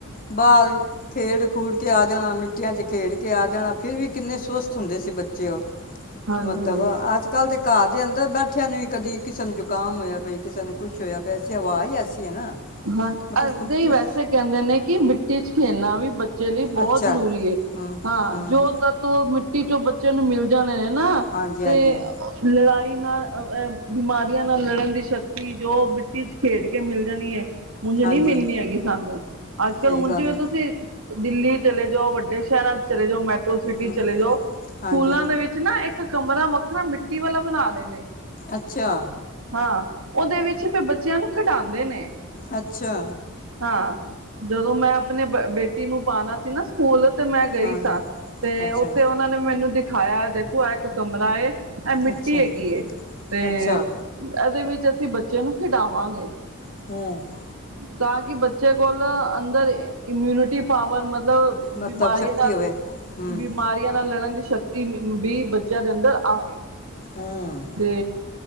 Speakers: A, on the left (about 40°); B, on the right (about 75°).
A: ਬਾਹਰ ਖੇਡ ਖੂਡ ਕੇ ਆ ਜਾਣਾ ਮਿੱ ਛੁਟੀਆਂ ਚ ਖੇਡ ਕੇ ਆ ਜਾਣਾ ਫੇਰ ਵੀ ਕਿੰਨੇ ਸੁਵਸਥ ਹੁੰਦੇ ਸੀ ਬੱਚੇ ਉਹ
B: ਹਾਂਜੀ
A: ਮਤਲਬ ਅੱਜ ਕੱਲ ਦੇ ਘਰ ਦੇ ਅੰਦਰ ਬੈਠਿਆਂ ਨੂੰ ਕਦੀ ਕਿਸੇ ਨੂੰ ਜ਼ੁਕਾਮ ਹੋਇਆ ਬਈ ਕਿਸੇ ਨੂੰ ਕੁੱਛ ਹੋਇਆ ਪਿਆਸੀਂ ਹਵਾ ਹੀ ਐਸੀ ਹੈ ਨਾ
B: ਹਾਂ
A: ਮਤਲਬ
B: ਅ
A: ਪ੍ਰਦੂਸ਼
B: ਨੀ ਵੈਸੇ ਕਹਿੰਦੇ ਨੇ ਕਿ ਮਿੱਟੀ ਚ ਖੇਲਣਾ ਵੀ ਬੱਚੇ ਲਈ ਬਹੁਤ
A: ਅੱਛਾ
B: ਜ਼ਰੂਰੀ ਹੈ
A: ਹੂੰ
B: ਹਾਂ
A: ਹੂੰ
B: ਜੋ ਤ ਤੂੰ ਮਿੱਟੀ ਚੋਂ ਬੱਚੇ ਨੂੰ ਮਿਲ ਜਾਣੇ ਨੇ ਹਨ ਨਾ
A: ਹਾਂਜੀ
B: ਤੇ
A: ਹਾਂਜੀ
B: ਲੜਾਈ ਨਾਲ ਅ ਬਿਮਾਰੀਆਂ ਨਾਲ ਲੜਨ ਦੀ ਸ਼ਕਤੀ ਜੋ ਮਿੱਟੀ ਚ ਖੇਡ ਕੇ ਮਿਲ ਜਾਣੀ ਹੈ। ਮੁੂੰਜ ਨਹੀਂ
A: ਹਾਂਜੀ
B: ਮਿਲਣੀ ਹੈਗੀ ਸਾਨੂੰ ਅੱਜ ਕੱਲ੍ਹ
A: ਸਹੀ ਗੱਲ
B: ਜੀਵੇਂ
A: ਹੈ
B: ਤੁਸੀਂ ਦਿੱਲੀ ਚਲੇ ਜਾਓ ਵੱਡੇ ਸ਼ਹਿਰਾਂ ਚ ਚਲੇ ਜਾਓ ਮੈਟਰੋ ਸਿਟੀ
A: ਹੂੰ
B: ਚਲੇ ਜਾਓ ਸਕੂਲਾਂ
A: ਹਾਂਜੀ
B: ਦੇ ਵਿੱਚ ਨਾ ਇੱਕ ਕਮਰਾ ਵੱਖਰਾ ਮਿੱਟੀ ਵਾਲਾ ਬਣਾ ਲੈਂਣੇ
A: ਅੱਛਾ
B: ਹਾਂ, ਉਦੇ ਵਿੱਚ ਫਿਰ ਬੱਚਿਆਂ ਨੂੰ ਖਡਾੰਦੇ ਨੇ।
A: ਅੱਛਾ।
B: ਹਾਂ, ਜਦੋਂ ਮੈਂ ਆਪਣੇ ਬ ਬੇਟੀ ਨੂੰ ਪਾਣਾ ਸੀ ਨਾ ਸਕੂਲ ਤੇ ਮੈਂ ਗਈ
A: ਹਾਂ
B: ਸਾਂ ਤੇ
A: ਅੱਛਾ
B: ਉੱਥੇ ਉਨਾਂ ਨੇ ਮੈਨੂੰ ਦਿਖਾਇਆ ਦੇਖੋ ਆ ਇੱਕ ਕਮਰਾ ਏ ਐ ਮਿੱਟੀ
A: ਅੱਛਾ
B: ਹੈਗੀ ਏ, ਤੇ
A: ਅੱਛਾ
B: ਐਦੇ ਵਿੱਚ ਅਸੀਂ ਬੱਚਿਆਂ ਨੂੰ ਖਿਡਾਵਾਂਗੇ।
A: <unintelligible>
B: ਤਾਂ ਕਿ ਬੱਚੇ ਕੋਲ ਅੰਦਰ ਇਮਿਊਨਿਟੀ ਪਾਵਰ ਮਤਲਬ
A: ਮਤਲਬ
B: ਬਿਮਾਰੀਆਂ
A: ਸ਼ਕਤੀ
B: ਨਾਲ
A: ਹੋਵੇ ਹੂੰ
B: ਬਿਮਾਰੀਆਂ ਨਾਲ ਲੜਨ ਦੀ ਸ਼ਕ ਤੀ ਬੀ ਬੱਚਿਆਂ ਦੇ ਅੰਦਰ ਆਏ।
A: ਹਮ।
B: ਤੇ